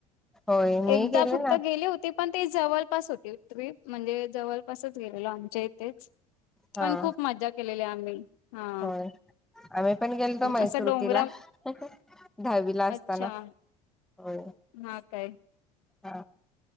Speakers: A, in the centre; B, on the left.
A: होय मी
B: एकदा फक्त
A: ना
B: गेले होत ते पण ते जवलपास होती ट्रिप म्हणजे जवलपासच गेलेलो आमच्या इथेच
A: हा
B: पण खूप मजा केलेली आम्ही. हा
A: होय. आम्ही पण गेलतो मैसूर
B: असं डोंगरा
A: की ला दहावीला असताना.
B: अच्छा
A: हो.
B: हा काय
A: हा